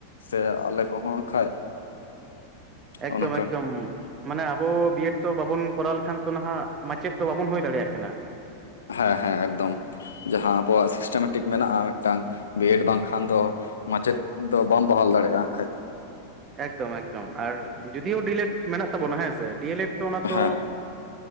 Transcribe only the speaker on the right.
ᱮᱠᱫᱚᱢ
ᱮᱠᱫᱚᱢ ᱢᱟᱱᱮ ᱟᱵᱚ ᱵᱤᱭᱮᱰ ᱛᱚ ᱵᱟᱵᱚᱱ ᱠᱚᱨᱟᱣ ᱞᱮᱠᱷᱟᱱ ᱛᱚ ᱱᱟᱦᱟᱸᱜ ᱢᱟᱪᱮᱫ ᱫᱚ ᱵᱟᱵᱚᱱ ᱦᱩᱭ ᱫᱟᱲᱮᱭᱟᱜ ᱠᱟᱱᱟ
ᱮᱠᱫᱚᱢ ᱮᱠᱫᱚᱢ ᱟᱨ ᱡᱩᱫᱤᱭᱳ ᱰᱤᱭᱮᱞᱮᱰ ᱢᱮᱱᱟᱜ ᱛᱟᱵᱚᱱᱟ ᱦᱮᱸᱥ ᱰᱤᱭᱮ ᱞᱮᱰ ᱛᱚ ᱚᱱᱟ ᱛᱚ